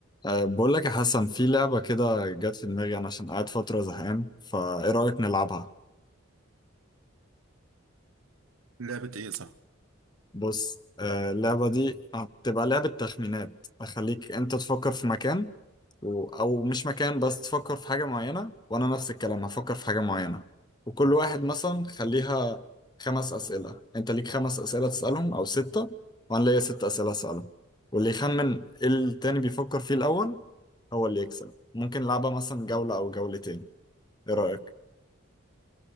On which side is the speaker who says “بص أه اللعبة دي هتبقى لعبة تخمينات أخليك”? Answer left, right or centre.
Left